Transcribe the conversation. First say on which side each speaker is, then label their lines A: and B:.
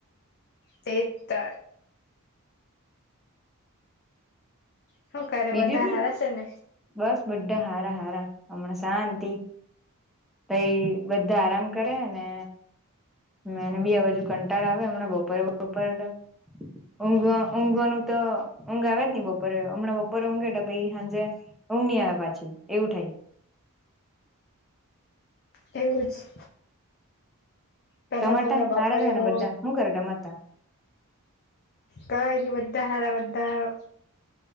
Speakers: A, on the left; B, in the centre.
A: તે જ. શું કરે
B: બીજું
A: બધા
B: બી
A: હારા છે ને
B: બસ બધ હારા હારા હમણાં શાંતિ પઈ બધ આરામ કરે ને મેને બી આ બાજુ કંટાળ આવે હમણાં બપોરે બપોરે તો. ઊંઘવા ઊંઘવાનું તો ઊંઘ આવે જ ની બપોરે હમણાં બોપ પોરે ઊંઘે પહિ હાંજે ઊંઘની આવે પાછી એવું થાય.
A: એવું જ. પેલા
B: તમારે
A: તો
B: ટા
A: મેં બપોરે
B: હારા જ અહે
A: બહુ
B: બધા હું કરે તમારે તા.
A: કઈ ની બધા હારા બધા હારા